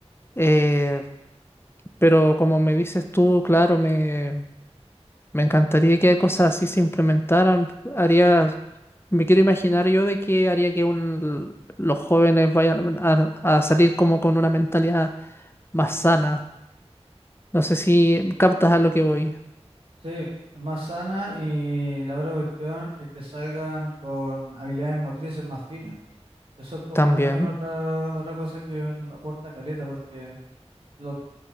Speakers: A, on the left; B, on the right.
A: Eh, pero como me dices tú, claro, me... Me encantaría que cosas así se implementaran. Haría, me quiero imaginar yo de que haría que un- los jóvenes vayan a, a salir como con una mentalidad más sana. No sé si captas a lo que voy.
B: Sí, es más sana y la otra cuestión es que salgan con habilidades motrices más finas. Eso es como
A: También.
B: también otra, otra cosa que aporta caleta, porque los